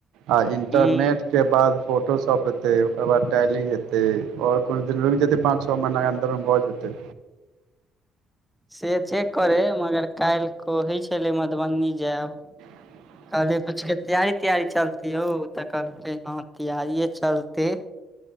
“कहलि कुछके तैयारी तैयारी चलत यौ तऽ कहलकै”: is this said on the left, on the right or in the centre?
Centre